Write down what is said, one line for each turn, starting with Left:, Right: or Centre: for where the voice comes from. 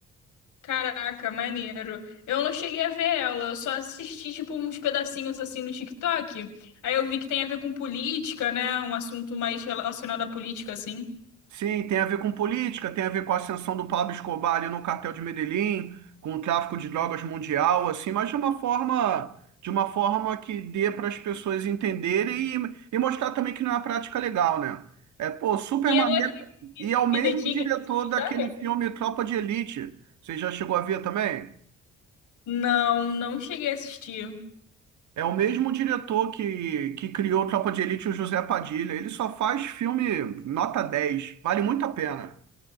Left: Caraca, maneiro. Eu não cheguei a ver ela, eu só assisti tipo uns pedacinhos assim no TikTok. Aí eu vi que tem a ver com política, né? Um assunto mais relacionado à política, assim.
Right: Sim, tem a ver com política, tem a ver com a ascensão do Pablo Escobar ali no cartel de Medellín, com o tráfico de drogas mundial, assim, mas de uma forma, de uma forma que dê para as pessoas entenderem e, e mostrar também que não é uma prática legal, né? É, pô, super
Left: E
Right: maneiro.
Left: ela é
Right: E é o mesmo
Left: fidedigna
Right: diretor
Left: essa
Right: daquele
Left: história?
Right: filme Tropa de Elite. Você já chegou a ver também?
Left: Não, não cheguei a assistir.
Right: É o mesmo diretor que, que criou Tropa de Elite, o José Padilha. Ele só faz filme nota dez Vale muito a pena.